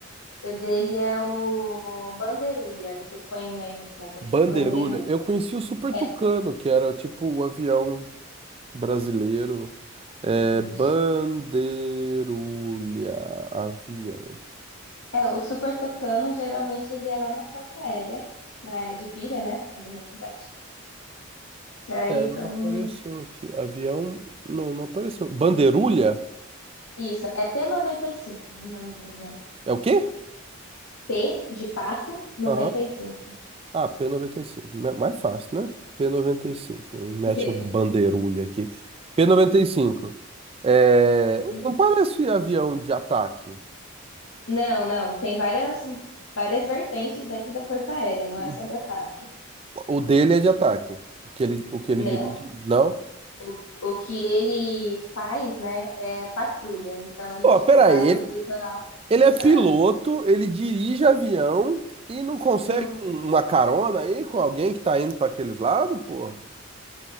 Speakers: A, on the left (about 75°); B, on the right (about 25°).
A: o dele é o Bandeirulha, depois põe aí no Google,
B: Bandeirulha.
A: Bandeirulha.
B: Eu conheci o Super
A: É,
B: Tucano, que era tipo o avião brasileiro. É,
A: Vixe.
B: Bandeirulha, avião.
A: é, o Super Tucano, geralmente ele é lá na Força Aérea, né, de Pira, né, da minha cidade. Que aí
B: É,
A: são
B: não apareceu aqui. Avião, não, não apareceu. Bandeirulha?
A: Isso, é p noventa e cinco, o nome do avião.
B: É o quê?
A: P de pato 95.
B: Aham. Ah, P95. noventa e cinco. Ma- Mais fácil, né? p noventa e cinco Mete
A: <laughs>
B: um bandeirulha aqui. p noventa e cinco É...
A: Ele-
B: Não parece avião de ataque.
A: Não, não, tem várias várias vertentes dentro da Força Aérea, não
B: O,
A: é só de ataque.
B: o dele é de ataque. O que ele, o que ele
A: Não.
B: dirige, não.
A: O, o que ele faz, né, é patrulha. Então ele
B: Pô,
A: tipo
B: peraí.
A: vai
B: Ele,
A: pro litoral.
B: ele é piloto,
A: Ah,
B: ele dirige avião e não consegue
A: hum.
B: um- uma carona aí com alguém que tá indo para aqueles lados, pô?